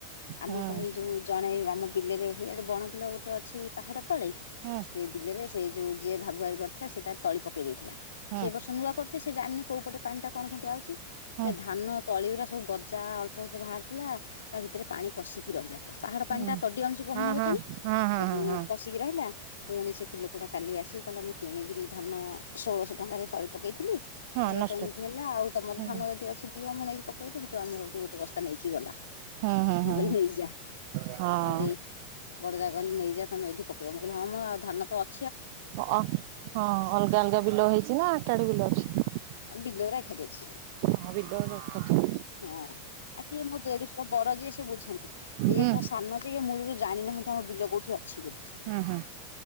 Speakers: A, on the left; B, on the right.
A: ଆମ
B: ହୁଁ
A: ପା ହେଇ ଯୋଉ ଜଣେ ଆମ ବିଲରେ ହେଇଆଡେ ବଣ ବିଲ ଗୋଟେ ଅଛି ପାହାଡ ତଳେ
B: ହୁଁ
A: ସେ ବିଲେରେ ସେ ସେଇ ଯୋଉ ଯିଏ ଭାଗୁଆଳି କରିଥିଲା ସିଏ ତାର ତଳି ପକେଇ ଦେଇଥିଲା
B: ହୁଁ
A: ସେ ଏ ବର୍ଷ ନୂଆ କରୁ ଯେ ସିଏ ଜାଣନି କୋଉପଟେ ପାଣିଟା କଣ କେମିତି ଆଉଛି
B: ହଁ
A: ସେ ଧାନ ତଳିଉରା ସବୁ ଗଜା ଅଳ୍ପ ବାହାରି ଥିଲା ତା ଭିତରେ ପାଣି ପଶିକି ରହିଲା ପୁରା ପାହାଡ଼
B: ହୁଁ
A: ପାଣିଟା ତଡି ଆଣୁଚି ବହେନାଗେ
B: ହଁ ହଁ
A: ପାଣି
B: ହଁ ହଁ
A: ହେଠୁ
B: ହଁ ହଁ
A: ପଶିକି ରହିଲା ପୁଣି ସେକି ଲୋକଟା କାଲି ଆସିିକି କହିଲି ମୁଁ କିଣିକିରି ଧାନ ଷୋଳଶହ ଟଙ୍କାରେ ତଳି ପକେଇଥିଲି।
B: ହଁ
A: ଆ ହେଟା
B: ନଷ୍ଟ
A: ତ ଏମିତି ହେଲା ଆଉ ତମର
B: ହଁ
A: ଧାନ ଯଦି ଅଛିିି ଦିଅ ମୁଁ ନେଇକି ପକେଇବି ହେଠୁ ଆମ ଘଠୁ ଗୋ ଟେ ବସ୍ତା ନେଇକି ଗଲା
B: ହଁ ହଁ ହଁ
A: ମୁଁ କହିଲି ନେଇଯା ଆମ
B: ହଁ ହଁ
A: ଦେଇ ବଡ ଜାଆ କିହିଲେ ନେଇଯାଅ ତମେ ଏଇଠି ପେକେଇବ ମୁଁ କହିଲି ହଁ ମ ଆଉ ଧାନ ତ ଅ
B: ଅ ହଁ ଅଲଗା ଅଲଗା ବିଲ ହେଇଚି ନା ଏକାଠି ବିଲ ଅଛି?
A: ଆ ବିଲରା ଏଖାଟି ଅଛି।
B: ହଁ ବିଲରା ଏକା ଥା
A: ହଁ ଆଉ କିଏ ମୋ ଦେଢଶୁର ବଡ ଯିଏ ସେ ବୁଝନ୍ତି ଇଏ
B: ହୁଁ
A: ତ ସାନ ଯେ ଇଏ ମୂଳରୁ ଜାଣିନାହାଁନ୍ତି ଆମ ବିଲ କୋଉଠି ଅଛି ବୋଲି।
B: ହୁଁ ହୁଁ